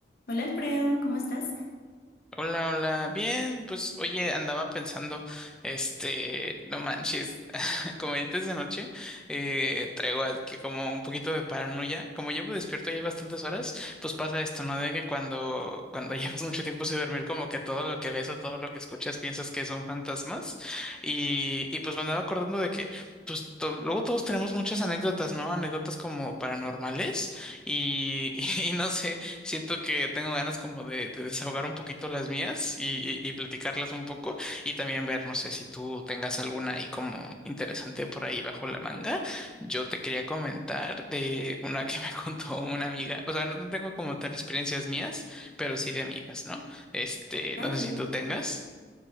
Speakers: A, on the left (about 55°); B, in the centre.
A: Hola Alfredo, ¿cómo estás?
B: Hola, hola. Bien, pues oye, andaba pensando, este, no manches, <laughs> como ahorita es de noche, eh, traigo aquí como un poquito de paranoia. Como llevo despierto ya bastantes horas, pues pasa esto, ¿no? De que cuando, cuando <laughs> llevas mucho tiempo sin dormir, como que todo lo que ves o todo lo que escuchas piensas que son fantasmas. Y, y pues me andaba acordando de que, pues to- luego todos tenemos muchas anécdotas, ¿no? Anécdotas como paranormales. Y, <laughs> y no sé. Siento que tengo ganas como de, de desahogar un poquito las mías y, y- y platicarlas un poco y también ver, no sé si tú tengas alguna ahí como interesante por ahí bajo la manga. Yo te quería comentar de una que me <laughs> contó una amiga, o sea, no no tengo como tal experiencias mías, pero sí de amigas, ¿no? Este,
A: A
B: no sé
A: ver,
B: si tú tengas.
A: sí.